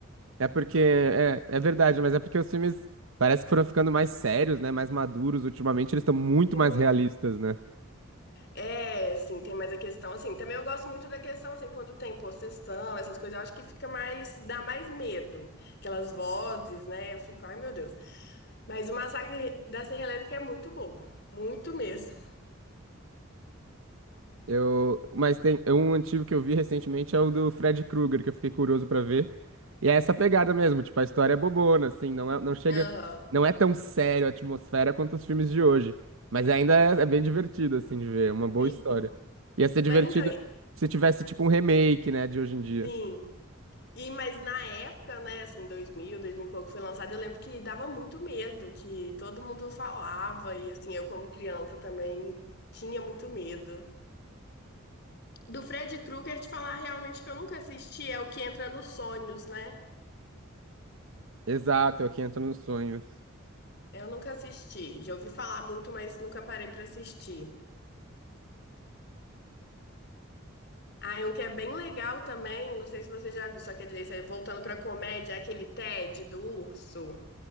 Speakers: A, on the right; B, on the left.
A: É porque, é, é verdade, mas é porque os filmes parece que foram ficando mais sérios, né? Mais maduros. Ultimamente eles estão muito
B: Sim.
A: mais realistas, né?
B: É, assim, tem mais a questão, assim, também eu gosto muito da questão, assim, quando tem possessão, essas coisas, eu acho que fica mais, dá mais medo, aquelas vozes, né, eu fico, ai meu Deus, mas o Massacre da Serra Elétrica é muito bobo, muito mesmo,
A: Eu, mas tem é um antigo que eu vi recentemente é o do Fred Krueger, que eu fiquei curioso pra ver. E é essa pegada mesmo, tipo, a história é bobona, assim, não é, não chega,
B: <laughs> aham,
A: não é tão sério a atmosfera quanto os filmes de hoje, mas ainda é, é bem divertido assim de ver, é uma boa
B: sim,
A: história. Ia ser
B: mas
A: divertido
B: então, e-
A: se tivesse tipo um remake, né, de hoje em dia.
B: sim, e, mas na época, né, assim, 2000, 2000 e pouco foi lançado, eu lembro que dava muito medo, que todo mundo falava, e assim, eu como criança também tinha muito medo, Do Fred Krueger te falar realmente que eu nunca assisti é o que entra nos sonhos, né?
A: Exato, é o que entra nos sonhos.
B: Eu nunca assisti. Já ouvi falar muito, mas nunca parei pra assistir. Ah, e um que é bem legal também, não sei se você já viu, só que dizer, isso, é voltando pra comédia, é aquele Ted do urso.